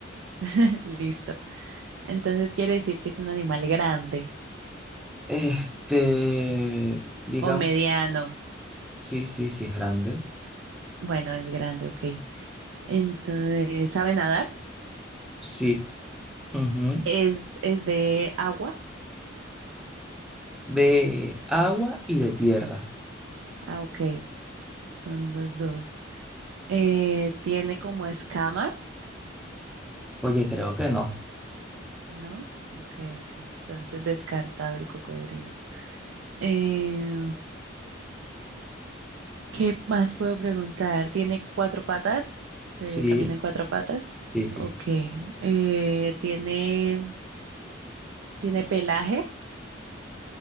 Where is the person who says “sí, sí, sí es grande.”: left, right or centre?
Centre